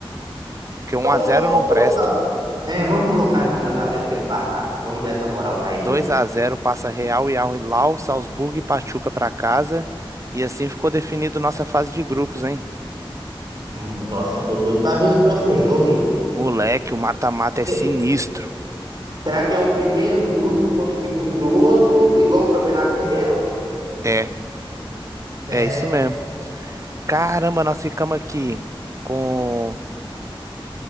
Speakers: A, on the right (about 35°); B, on the right (about 50°).
A: Porque um
B: Então
A: a zero
B: vamos, vamos
A: não presta.
B: colocar. É, vamos colocar então dois a zero pra ele passar. Vamos dar essa moral pra
A: dois
B: ele aí.
A: a zero passa Real e Al Hilal, Salzburgo e Pachuca pra casa. E assim ficou definido nossa fase de grupos, hein?
B: Hum, Nossa, eu tô doido pra ver os próximos jogos, hein?
A: Moleque, o mata-mata é sinistro.
B: Se- Será que é o primeiro do grupo contra o segundo do outro, igual o Campeonato Mineiro?
A: É,
B: É,
A: é isso
B: né?
A: mesmo. Caramba, nós ficamos aqui com.